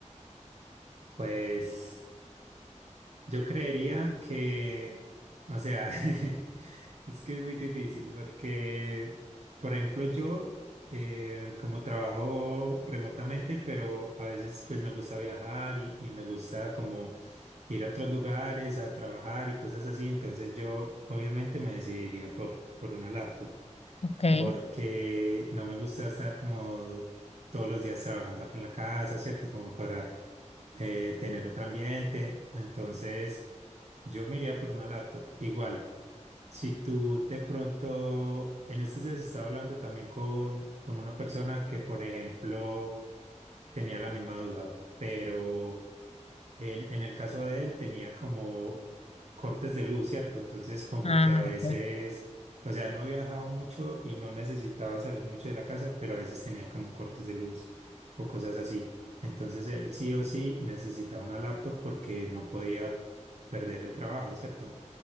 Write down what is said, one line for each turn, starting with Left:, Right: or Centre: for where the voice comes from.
Right: Pues. Yo creería que, o sea, <laughs> es que es muy difícil porque, por ejemplo, yo eh, como trabajo remotamente, pero a veces pues me gusta viajar y, y me gusta como ir a otros lugares a trabajar y cosas así, entonces yo obviamente me decidiría por, por una laptop
Left: Ok.
Right: porque no me gusta estar como todos los días trabajando acá en la casa, ¿cierto? Como para eh, tener otro ambiente. Entonces, yo me iría por una laptop. Igual, si tú de pronto, en estos días estaba hablando también con, con una persona que, por ejemplo, tenía la misma duda, pero en, en el caso de él tenía como cortes de luz, ¿cierto? Entonces como
Left: Ah,
Right: que a veces,
Left: ok.
Right: o sea, no viajaba mucho y no necesitaba salir mucho de la casa, pero a veces tenía como cortes de luz o cosas así. Entonces él sí o sí necesitaba una laptop porque no podía perder el trabajo, ¿cierto?